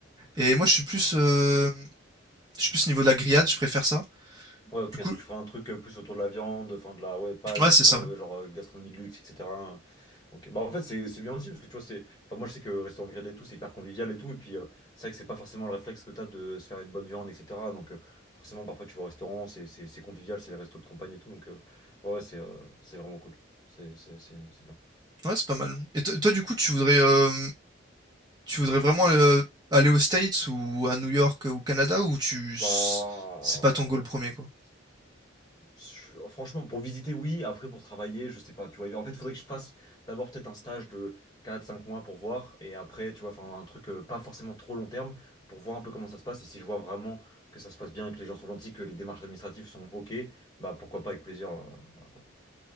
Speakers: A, on the right; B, on the left.
A: Et moi je suis plus, euh, je suis plus au niveau de la grillade, je préfère ça.
B: ouais, ok,
A: Du coup,
B: donc tu feras un truc euh, plus autour de la viande, enfin, de la, ouais, pas
A: ouais
B: forcément,
A: c'est ça. Ouais,
B: euh, genre, euh, gastronomie de luxe, etc. Ok, bah en fait, c'est c'est bien aussi, parce que tu vois, c'est, enfin, moi, je sais que restaurant grillé et tout, c'est hyper convivial et tout, et puis, euh, c'est vrai que c'est pas forcément le réflexe que t'as de se faire une bonne viande, etc. Donc, euh, forcément, parfois, tu vas au restaurant, c'est c'est- c'est convivial, c'est les restos de campagne et tout, donc, euh, ouais, ouais, c'est euh, c'est vraiment cool. C'est c'est- c'est- c'est bien.
A: Ouais, c'est pas mal. Et to- toi du coup tu voudrais euh, Tu voudrais vraiment, heu, aller aux States ou à New York, ou au Canada ou tu c
B: Bah.
A: c'est pas ton goal premier quoi?
B: Je- Franchement, pour visiter, oui. Après, pour travailler, je sais pas. Tu vois, en fait, il faudrait que je fasse d'abord peut-être un stage de quatre, cinq mois pour voir. Et après, tu vois, enfin, un truc euh, pas forcément trop long terme pour voir un peu comment ça se passe. Et si je vois vraiment que ça se passe bien, que les gens sont gentils, que les démarches administratives sont OK, bah pourquoi pas avec plaisir. euh, voilà, quoi.